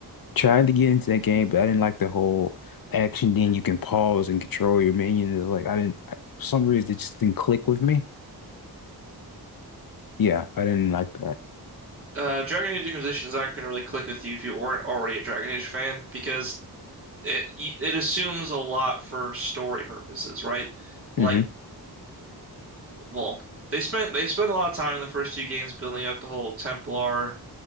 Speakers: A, on the left (about 60°); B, on the right (about 35°).
A: tried to get into that game, but I didn't like the whole action. Then you can pause and control your minions. Like I didn't, I- for some reason, it just didn't click with me. Yeah, I didn't like that.
B: Uh, Dragon Age Inquisition is not going to really click with you if you weren't already a Dragon Age fan because it it assumes a lot for story purposes, right? Like
A: hmm
B: well, they spent they spent a lot of time in the first two games building up the whole Templar